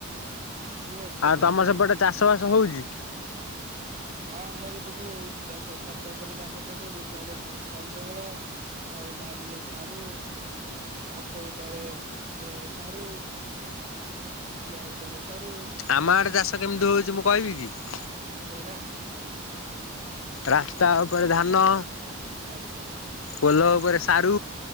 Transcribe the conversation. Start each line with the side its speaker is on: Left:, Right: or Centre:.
Right: କୁହ କୁହ
Left: ଆଉ
Right: ଲାଜିବାର
Left: ତମ ସେପଟେ
Right: କିଛି
Left: ଚାଷ ବାସ ହଉଛି।
Right: ହଁ ଆମର ଏପଟ ସବୁ ହେଉଛି ଚାଷ ଛାତ ଉପରେ ଧାନ ଚାଷ ବିଲରେ କନ୍ଦମୂଳ ଆଉ ବାରିରେ ସାରୁ ଆଖୁ ବୁଦାରେ ଏ ସାରୁ। କିଆ ବୁଦାରେ ସାରୁ।
Left: ଆମ ଆଡ଼େ ଚାଷ କେମିତି ହଉଛି ମୁଁ କହିବି କି।
Right: କହୁନା।
Left: ରାସ୍ତା ଉପରେ ଧାନ
Right: ଆଚ୍ଛା।
Left: ପୋଲ ଉପରେ ସାରୁ।